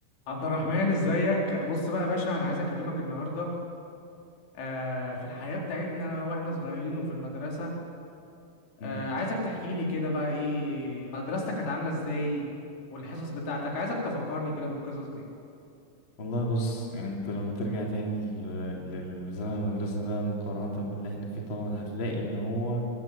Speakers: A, on the left; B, on the left.
A: عبد الرحمن ازيك بص بقى يا باشا انا عايز اكلمك النهارده آه في الحياه بتاعتنا واحنا صغيرين وفي المدرسه آه
B: مم.
A: عايزك تحكي لي كده بقى ايه مدرستك كانت عامله ازاي والحصص بتاعتك عايزك تفكرني كده بالقصص دي
B: والله بص يعني انت لما ترجع تاني لل- للزمن المدرسة ده مقارنة باللي احنا فيه طبعا هتلاقي ان هو